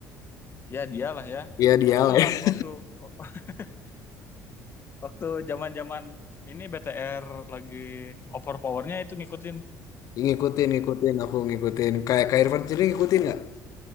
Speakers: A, on the left (about 35°); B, on the left (about 65°).
A: Ya dialah ya.
B: Iya dia
A: Oh, itu
B: lah. ya.
A: la- waktu <laughs> waktu zaman-zaman ini BTR lagi overpowernya itu ngikutin
B: <laughs> Ngikutin, ngikutin, aku ngikutin. Kayak Kak Irfan sendiri ngikutin nggak?